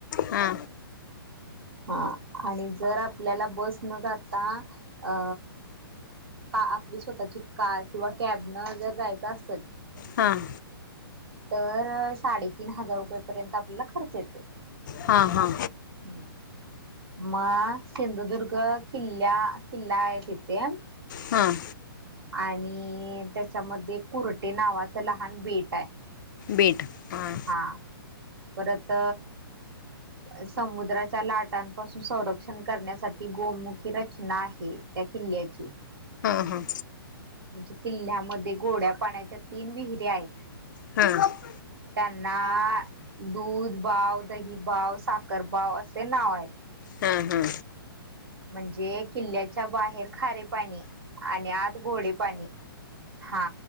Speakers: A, on the left; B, on the right.
A: हा
B: हा आणि जर आपल्याला बस न जाता अ आपली स्वतःची कार किंवा कॅब न जर जायचं असेल
A: हां
B: तर साडेतीन हजार रुपयेपर्यंत आपल्याला खर्च येतोय
A: हा हा
B: हम्म मग सिंधुदुर्ग किल्ला किल्ला आहे तिथे
A: हां
B: आणि त्याच्यामध्ये कुर्टे नावाचं लहान भेट आहे
A: बीट हां
B: हा परत समुद्राच्या लाटांपासून संरक्षण करण्यासाठी गोमुखी रचना आहे. त्या किल्ल्याची
A: हा हा
B: म्हणजे किल्ल्यामध्ये गोड्या पाण्याच्या तीन विहिर्या आहेत.
A: ह
B: त्यांना दूध बाव दही बाव साखर बाव असे नाव आहेत
A: हा हा
B: म्हणजे किल्ल्याच्या बाहेर खारे पाणी आणि आ घोडे पाणी हा